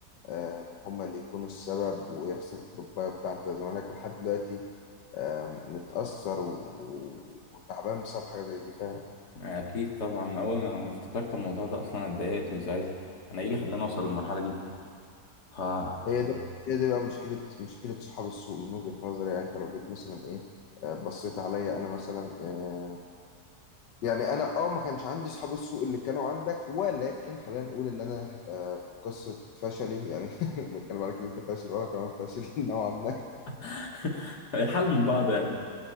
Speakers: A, on the left (about 90°); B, on the left (about 70°).
A: آه، هما اللي يكونوا السبب ويحصل تربايه بتاع انت زمانك لحد دلوقتي آم، متأثر و- وتعبان بسبب حاجة زي دي فاهم
B: اكيد طبعا اول ما افتكرت الموضوع ده اصلا أنا اتضايقت وزعلت انا ايه اللي خلاني اوصل للمرحلة دي ف يعني
A: هي ده هي دي بقى مشكلة مشكلة صحاب السوق من وجهة نظري يعني انت لو جيت مثلا ايه آه، بصيت عليا انا مثلا آه، يعني انا اه ما كانش عندي صحاب السوق اللي كانوا عندك ولكن خلينا نقول ان انا آه، قصة فشلي يعني <laughs> بتكلم عليك ان انت فاشل وانا كمان فاشل <laughs> نوعا ما
B: <laughs> الحال من بعض يعني